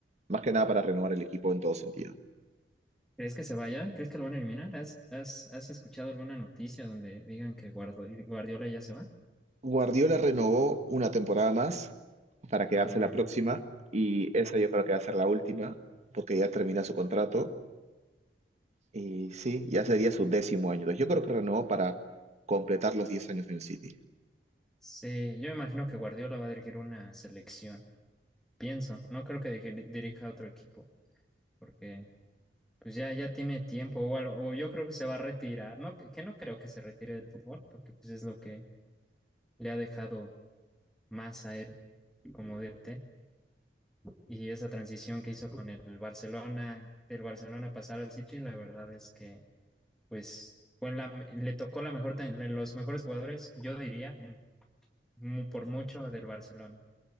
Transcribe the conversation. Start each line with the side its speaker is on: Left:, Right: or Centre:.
Right: Más que nada para renovar el equipo en todo sentido.
Centre: ¿Crees que se vaya? ¿Crees que lo van a eliminar? ¿Has, has, has escuchado alguna noticia donde digan que Guardo- Guardiola ya se va?
Right: Guardiola renovó una temporada más para quedarse
Centre: Ah,
Right: la próxima y esa yo creo que va a ser la última porque ya termina su contrato y sí, ya sería su décimo año. Entonces, Yo creo que renovó para completar los 10 años en el City.
Centre: sí, yo imagino que Guardiola va a dirigir una selección, pienso. No creo que dirija dirija a otro equipo porque Pues ya, ya tiene tiempo o algo, o yo creo que se va a retirar, ¿no? Que, que no creo que se retire del fútbol, porque pues es lo que le ha dejado más a él como DT. Y esa transición que hizo con el Barcelona, del Barcelona pasar al City, la verdad es que pues fue la, me- le tocó la mejor, tan- de los mejores jugadores, yo diría, en, mu- por mucho del Barcelona.